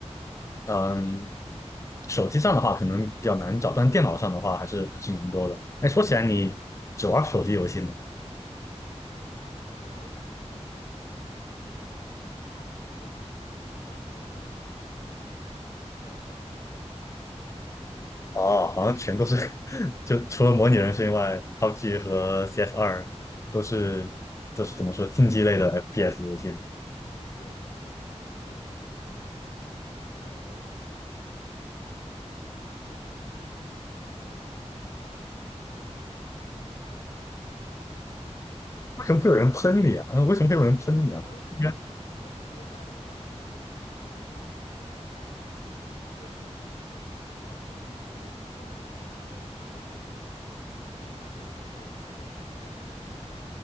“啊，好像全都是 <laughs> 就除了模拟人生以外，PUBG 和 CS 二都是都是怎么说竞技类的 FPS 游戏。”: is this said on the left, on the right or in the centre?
Left